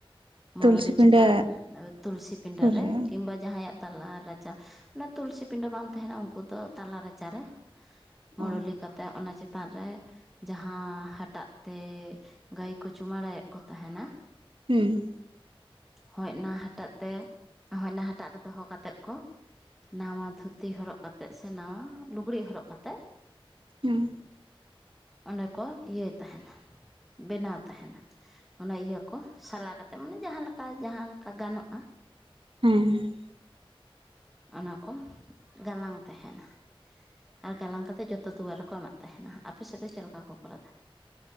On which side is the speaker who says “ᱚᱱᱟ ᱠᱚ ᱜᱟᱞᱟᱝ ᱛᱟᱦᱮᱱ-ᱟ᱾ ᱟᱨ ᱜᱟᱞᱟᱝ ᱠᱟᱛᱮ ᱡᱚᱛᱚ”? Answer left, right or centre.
Centre